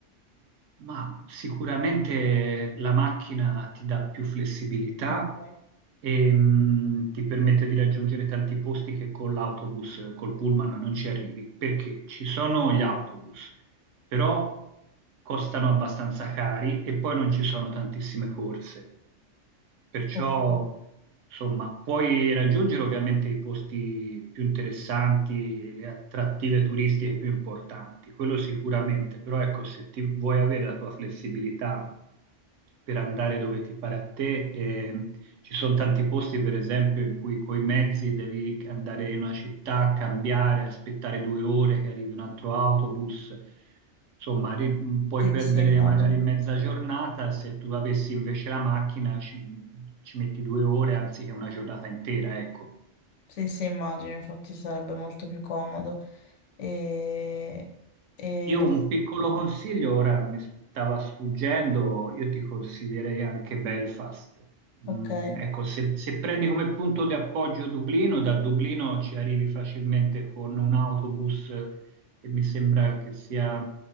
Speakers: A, on the right; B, on the left.
A: Ma sicuramente la macchina ti dà più flessibilità
B: Ok,
A: e mh, ti permette di raggiungere tanti posti che con l'autobus, col pullman non ci arrivi, perché ci sono gli autobus, però costano abbastanza cari e poi non ci sono tantissime corse. Perciò,
B: ok.
A: insomma, puoi raggiungere ovviamente i posti più interessanti, le attrattive turistiche più importanti, quello sicuramente, però ecco, se ti vuoi avere la tua flessibilità per andare dove ti pare a te, eh, ci sono tanti posti, per esempio, in cui coi mezzi devi andare in una città, cambiare, aspettare due ore che arrivi un altro autobus. Insomma, ri- mh, puoi
B: Sì,
A: perdere
B: sì, immagino.
A: magari mezza giornata, se tu avessi invece la macchina ci, ci metti due ore anziché una giornata intera, ecco.
B: Sì, sì, immagino, infatti sarebbe molto più comodo. E, e
A: Io
B: le-
A: un piccolo consiglio, ora mi stava sfuggendo, io ti consiglierei anche Belfast.
B: Ok,
A: Mm, ecco, se, se prendi come punto di appoggio Dublino, da Dublino ci arrivi facilmente con un autobus che mi sembra che sia